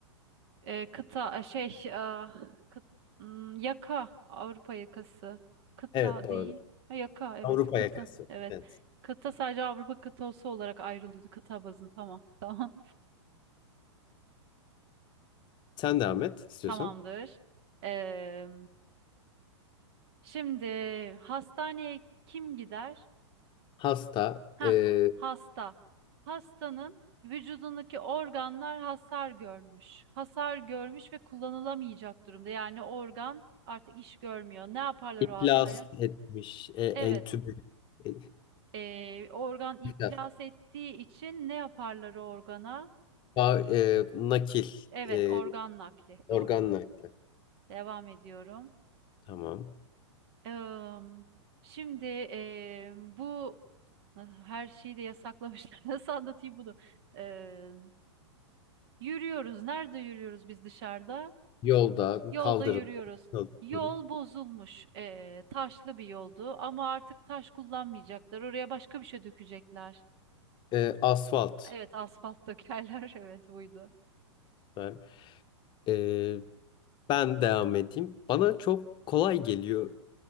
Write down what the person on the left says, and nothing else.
Evet, doğru.
Avrupa
yakası.
Evet.
Sen devam et istiyorsan.
Hasta,
e,
iflas
etmiş, e, entübe,
e,
iflas,
Ba- e, nakil.
e,
Organ
Knight'lı.
Tamam.
Yolda,
kaldırım.
Hı
hı.
E, asfalt.
Ben, E, ben devam edeyim. Bana çok kolay geliyor.